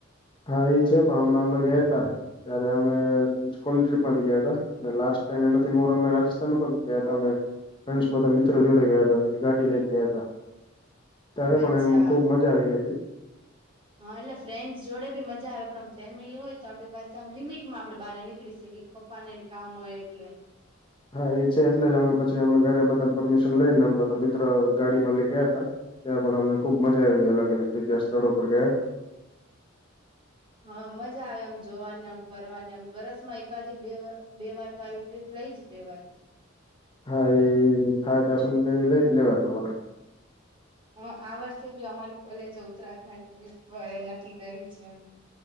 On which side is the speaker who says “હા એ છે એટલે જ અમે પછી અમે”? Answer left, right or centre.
Left